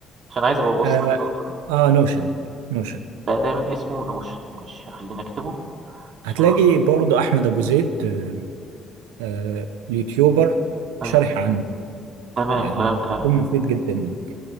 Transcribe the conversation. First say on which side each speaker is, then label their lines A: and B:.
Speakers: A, on the right; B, on the right.
A: عشان عايز ابقى ابص
B: اه,
A: عليه برضه
B: آه نوشن نوشن
A: برنامج اسمه نوش مش هخليني اكتبه
B: هتلاقي
A: عشان
B: برضو احمد ابو زيد آه، آه، يوتيوبر شارح
A: أيوة.
B: عنه
A: تمام
B: يعني
A: تمام تمام
B: بيكون مفيد جدا ليك